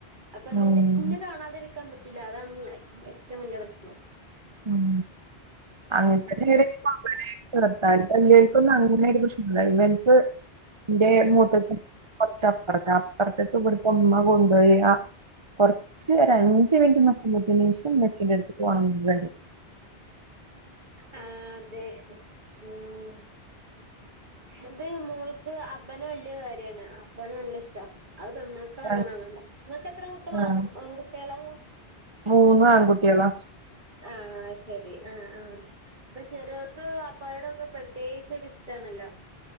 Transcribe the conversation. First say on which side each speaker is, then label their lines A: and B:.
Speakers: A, on the right; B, on the right.
A: അപ്പന്നിന്നേ
B: ഉം,
A: ഇന്നെ കാണാതിരിക്കാൻ പറ്റൂല്ല അതാണ് ഓളെ ഏറ്റവും വല്യാ പ്രശ്നം
B: ഉം അങ്ങനത്തന്നെണ്
A: ഉം
B: <unintelligible> വേല്ലിയോൽക്കൊന്നും അങ്ങനെ ഒരു പ്രശ്നുല്ലാ ഇവൻക്ക് ഇന്റെ
A: ആഹ്
B: മൂത്തച്ച കൊറച്ചപ്പറത്താ അപ്പറ്ത്ത്ക്ക് ഇബ്‌ട്ത്തുമ്മ കൊണ്ടോയി അ കൊറ്ച്ച് ഒരഞ്ച് മിൻറ്റ് നിക്കുമ്പോത്തിന് ഇന്ക്ക് ഇമ്മച്ചിൻ്റെട്ത്ത്ക്ക് പോണന്ന് പറിം
A: ആ അതെ ഉം ഇത് മോൾക്ക് അബനെ വല്ല്യ കാര്യാണ് അബനെ നല്ല ഇഷ്ടാ അത് പെന്മക്കളങ്ങനാണല്ലോ
B: ആഹ്
A: ഇങ്ങക്ക് എത്ര മക്കളാ
B: ആഹ്
A: ആൺ ആൺകുട്ട്യാള്
B: മൂന്ന് ആൺകുട്ട്യാളാ
A: ആ ശരി ആ ആ ഇപ്പ ചെറിയോർക്ക് വാപ്പാരോടൊക്കെ പ്രത്യേയിച്ചൊര് ഇഷ്ട്ടാണല്ലോ